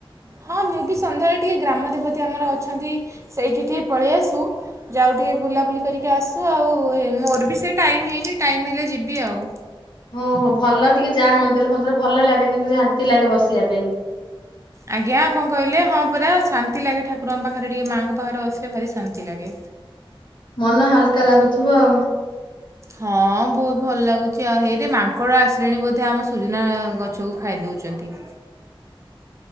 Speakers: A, on the right; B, on the left.
A: ହଁ ମୁଁ ବି ସନ୍ଧ୍ୟାବେଳେ ଟିକିଏ ଗ୍ରାମ ଦେବତୀ ଆମର ଅଛନ୍ତି ସେଇଠି ଟିକିଏ ପଳେଇ ଆସୁ ଯାଉ ଟିକେ ବୁଲାବୁଲି କରିକି ଆସୁ ଆଉ ମୋର ବି ସେ ଟାଇମ୍ ହେଇନି ଟାଇମ୍ ହେଲେ ଯିବି ଆଉ।
B: ଓ ହୋ ଭଲ ଟିକେ ଯା ମନ୍ଦିର ମନ୍ଦିର ଭଲ ଲାଗେ କିନ୍ତୁ ଶାନ୍ତି ଲାଗେ ବସିବା ପାଇଁ।
A: ଆଜ୍ଞା କଣ କହିଲେ ହଁ ପୁରା ଶାନ୍ତି ଲାଗେ ଠାକୁରଙ୍କ ପାଖରେ ଟିକେ ମାଆଙ୍କ ପାଖରେ ବସିଲେ ଭାରି ଶାନ୍ତି ଲାଗେ।
B: ମନ ହାଲକା ଲାଗୁଥିବ ଆଉ।
A: ହଁ ବହୁତ ଭଲ ଲାଗୁଛି ଆଉ ହେଇରେ ମାଙ୍କଡ ଆସିଲେଣି ବୋଧେ ଆମ ସୁଜନା ଗଛ ଛଉ ଖାଇ ଦେଉଛନ୍ତି
B: <inaudible>